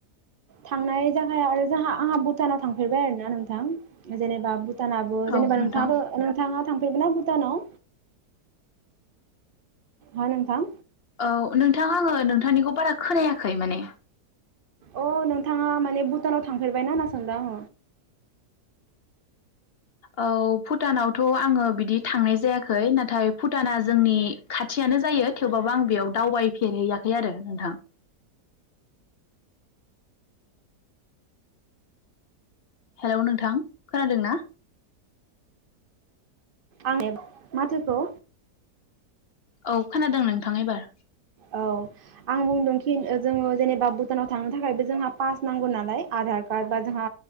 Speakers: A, on the right; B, on the left.
A: थांनाय जागाया आरो जोंहा आंहा भुटानाव थांफेरबाय आरो ना नों थां जेनेबा भुट भुटानाबो
B: औ
A: जेनेबा
B: नोंथां
A: नोंथाङाथ' नोंथाङा थांफेरबाय ना भुटानाव? हा नोंथां
B: औ नोंथां आङो नोंथांनिखौ बारा खोनायाखै माने
A: अ नोंथाङा माने भुटानाव थांफेरबायना होनना सानदों आङो।
B: औ भुटानावथ' आङो बिदि थांनाय जायाखै नाथाय भुटाना जोंनि खाथियानो जायो थेवबाबो आं बेयाव दावबायफेरहैयाखै आरो नोंथां। हेलौ नोंथां खोनादों ना?
A: आं माथोखौ
B: औ खोनादों नोंथां एबार।
A: औ आं बुंदोंखि जोङो जेनेबा भुटानाव थांनो थाखायबो जोंहा पास नांगौ नालाय आधार कार्ड बा जोंहा